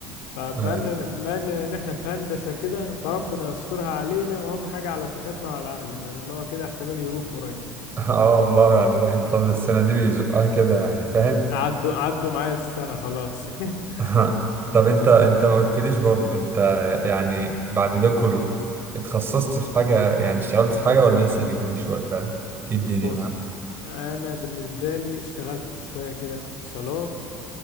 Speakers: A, on the left; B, on the right.
A: فبما
B: اي
A: إن- بما إن إن إحنا في هندسة كده فربنا يسترها علينا وأهم حاجة على صحتنا وعلى عقلنا لأن هو كده احتمال يروح قريب
B: <laughs> اه والله يعني الواحد طول السنة دي بيزقها كده يعني فاهم
A: عدوا عدوا معايا السنة خلاص <laughs>
B: <laughs> طب انت انت ما قلتليش برضه انت يعني بعد ده كله اتخصصت في حاجة يعني اشتغلت في حاجة ولا لسه في الجيش ولا ايه الدنيا
A: بص
B: معاك
A: أنا بالنسبة لي اشتغلت شوية كده في اتصالات